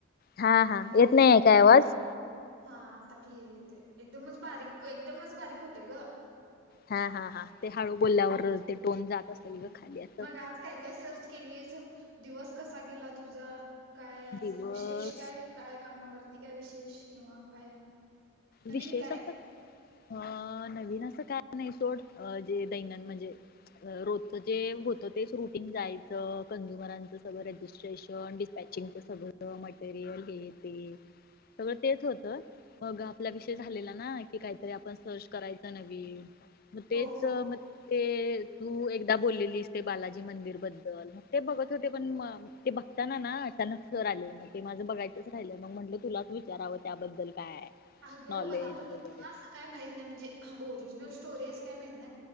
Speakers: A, on the left (about 45°); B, on the right (about 70°).
A: हा हा, येत नाहीय काय आवाज.
B: हा आत्ता क्लिअर येतय एकदमच बारीक एकदमच बारीक होतय ग.
A: हा हा हा, ते हळू बोलल्यावर ते टोन जात''--'' असेल
B: हा
A: ग खाली असं
B: मग आज काय काय सर्च केलीच दिवस कसा गेला तुझा. काय आज
A: दिवस
B: विशेष काय काय कामावरती काय विशेष किंवा काय. नवीन
A: विशेष
B: काय
A: असं. अ नवीन असं काय नाही सोड जे दैनंद म्हणजे. अ रोजचं जे होतं तेच रुटीन जायचं कंझ्युमरांचं सगळं रेजिस्ट्रेशन डिस्पॅचिंग. सगळं मटेरियल हे ते.
B: ह <inaudible>
A: सगळं तेच होतं बघा. आपला विषय झालेला ना की काहीतरी आपण सर्च करायच नवी मग तेच
B: हो हो.
A: म''--'' ते तू एकदा बोललेलीस बालाजी मंदिर बद्दल मग ते बघत होते पण म. ते बघताना ना अचानक सर आले मग ते माझं बघायचंच राहिलं मग म्हंटलं तुलाच विचारावं त्याबद्दल काय.
B: अगं
A: नॉलेज
B: मला पण इतकं
A: वगैरे
B: असं काय माहित नाही म्हणजे हा ओरिजिनल स्टोरी असं काय माहित नाही.